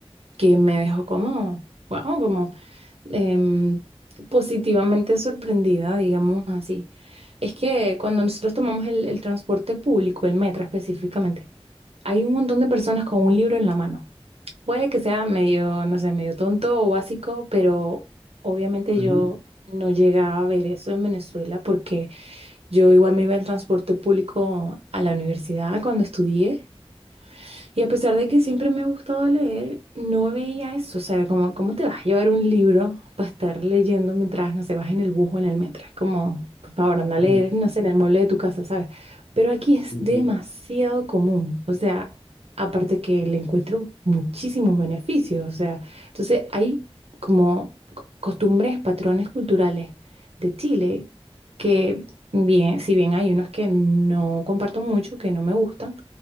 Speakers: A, on the right; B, on the left.
A: que me dejó como, wow, como em, positivamente sorprendida, digamos así. Es que cuando nosotros tomamos el, el transporte público, el metro específicamente, hay un montón de personas con un libro en la mano. Puede que sea medio, no sé, medio tonto o básico, pero obviamente
B: Ujú,
A: yo no llegaba a ver eso en Venezuela porque yo igual me iba en transporte público a la universidad cuando estudié. Y a pesar de que siempre me ha gustado leer, no veía eso. O sea, como, ¿cómo te vas a llevar un libro para estar leyendo mientras, no sé, vas en el bus o en el metro? Es como, por favor, anda
B: ujú,
A: a leer, no sé, en el mueble de tu casa, ¿sabes? Pero aquí es
B: ujú.
A: demasiado común. O sea, aparte que le encuentro muchísimos beneficios. O sea, entonces hay como co- costumbres, patrones culturales de Chile que, bien, si bien hay unos que no comparto mucho, que no me gustan,